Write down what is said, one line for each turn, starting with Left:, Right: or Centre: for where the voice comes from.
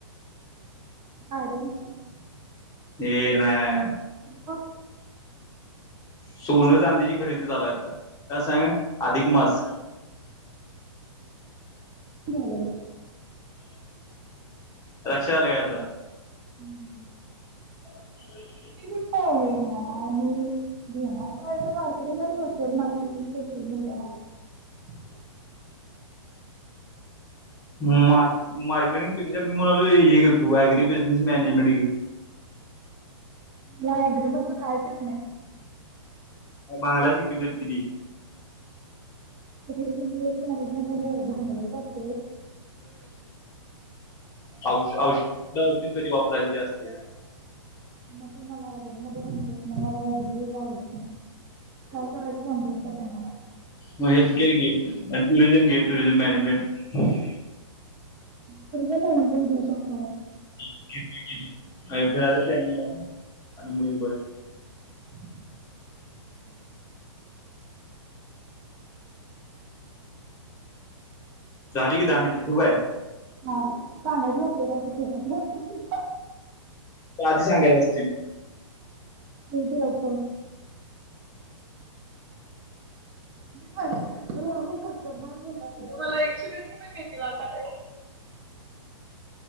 Right: <unintelligible>
Left: ये नाही, नाही, नाही
Right: ह.
Left: सोन, चांदीची खरेदी चालू आहे का सांगा? आधिक मास.
Right: झालय.
Left: रक्षाआलय आदा
Right: हम्म.
Left: अे
Right: <unintelligible>
Left: मार्क मार्केटिंग पेक्षा मी म्हनालोय हेे घेतो ऍग्री बिझनेस मॅनेजमेंट घेतो.
Right: मला एग्रीमेंटगच करायचच नाही.
Left: म भांगलाय शिकीवत्यात कि ती.
Right: <unintelligible> मॅजमेंट मध्ये भांगलायच असतय व्हय
Left: औ औष औषध किती वापरायच ते असतय.
Right: मग ते मला लायब्रेरी मध्ये समजत नाही, मला लायब्ररी आवडत नाही, काय करायचं समजत पण नाही मला
Left: मग हेल्थकअर घे आणि टुरिझम घे टुरिझम मॅनेजमेंट
Right: पुरीगीला ऍडमिशन घ्यायच
Left: <unintelligible> घेतली गेली. <unintelligible> फिरायचं प्लॅनिंग <unintelligible>
Right: <inaudible>
Left: झाली की दहा मिनिटं ठेवू काय?
Right: हां सांगायचं नसतंय ते असं फोनवर ठेव.
Left: आधी सांगायची असती.
Right: ठेव फोन. <unintelligible> राहुल खतरनाक बोलला <unintelligible> मला एकशे वीस रुपये देतील आता नाई?